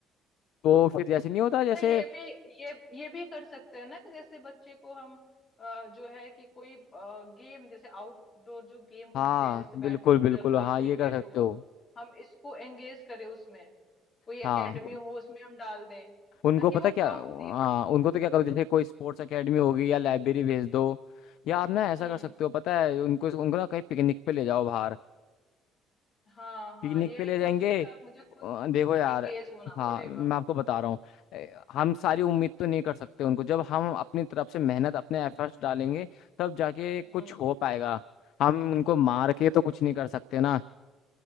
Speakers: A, on the left (about 55°); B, on the left (about 40°).
A: तो फिर जैसे नहीं होता
B: अच्छा
A: जैसे
B: ये भी ये ये भी कर सकते हैं ना कि जैसे बच्चे को हम अ, जो है कि कोई गेम जैसे आउटडोर जो गेम
A: हाँ
B: होते हैं जैसे बैडमिंटन
A: बिल्कुल बिल्कुल
B: हुआ
A: हाँ
B: क्रिकेट
A: ये कर सकते
B: हुआ
A: हो
B: हम इसको एंगेज करें उसमें कोई एकेडमी
A: हाँ
B: हो उसमें हम डाल दें
A: उनको
B: ताकि
A: पता
B: वो
A: क्या
B: कम फ्री
A: हाँ
B: रहे
A: उनको तो क्या करो जैसे कोई स्पोर्ट्स एकेडमी होगी या लाइब्रेरी भेज दो या आप ना ऐसा
B: हम्म
A: कर सकते हो पता है उनको उनको ना कहीं पिकनिक पे ले जाओ बाहर
B: हाँ हाँ
A: पिकनिक
B: ये
A: पे ले
B: है कि
A: जाएंगे
B: उसके साथ मुझे खुद
A: अ, देखो यार
B: एंगेज होना
A: हाँ
B: पड़ेगा
A: मैं आपको बता रहा हूँ ए, हम सारी
B: हम्म।
A: उम्मीद तो नहीं कर सकते उनको जब हम अपनी तरफ से मेहनत अपने एफर्ट्स डालेंगे तब जाके कुछ
B: हम्म
A: हो पाएगा हम उनको मार के तो कुछ नहीं कर सकते ना